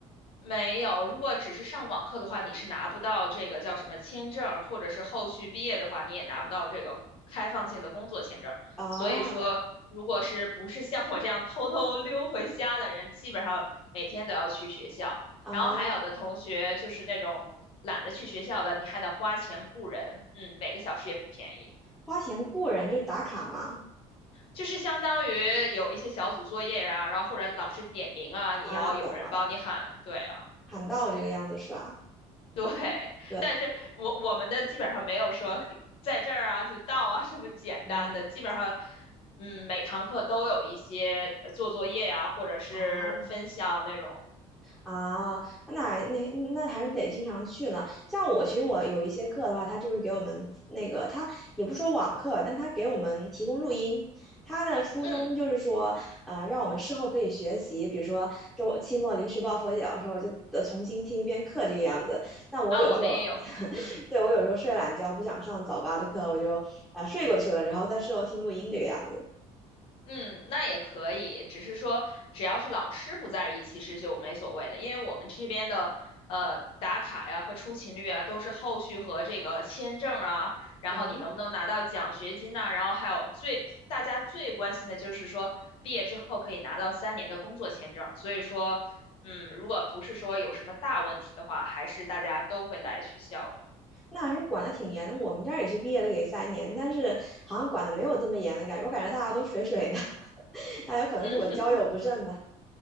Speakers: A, on the left; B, in the centre.
A: 没有，如果只是上网课的话，你是拿不到这个叫什么签证或者是后续毕业的话，你也拿不到这个开放性的工作签证所以说，
B: 啊
A: 如果是不是像我这样偷偷溜回家的人，基本上每天都要去学校。
B: 啊，
A: 然后还有的同学就是那种懒得去学校的，你还得花钱雇人，嗯，每个小时也不便宜。
B: 花钱雇人就是打卡嘛。
A: 就是相当于有一些小组作业啊，然后或者老师点名啊，你要有人帮你喊，
B: 啊，懂了，
A: 对啊。
B: 喊到这个样子是吧？
A: <laughs> 对，
B: 对，
A: 但是我我们的基本上没有说嘿在这儿啊就到啊这么简单的，
B: 嗯，
A: 基本上，嗯，每堂课都有一些呃做作业呀、或者是分享那种，
B: 哦，啊，那那那还是得经常去呢。像我，其实我有一些课的话，他就是给我们那个，他也不说网课吧，但他给我们提供录音。他的初衷就是说，
A: 嗯，
B: 呃，让我们事后可以学习，比如说周期末临时抱佛脚的时候，就得重新听一遍课这个样子。但我有时候，
A: 啊，我们也有，
B: <laughs>
A: 嗯。
B: 对，我有时候睡懒觉，不想上早八的课，我就啊、呃睡过去了，然后在事后听录音这个样子。
A: 嗯，那也可以，只是说只要是老师不在意，其实就没所谓的，因为我们这边的呃打卡呀和出勤率啊，都是后续和这个签证啊，然后你能不能拿到奖学金呐、
B: 哦，
A: 然后还有最大家最关心的就是说毕业之后可以拿到三年的工作签证，所以说，嗯，如果不是说有什么大问题的话，还是大家都会来学校的。
B: 那还是管的挺严的。我们这儿也是毕业了给三年，但是好像管的没有这么严的感觉。我感觉大家都水水的，<laughs> 大家可能是我交友不慎吧。
A: 嗯，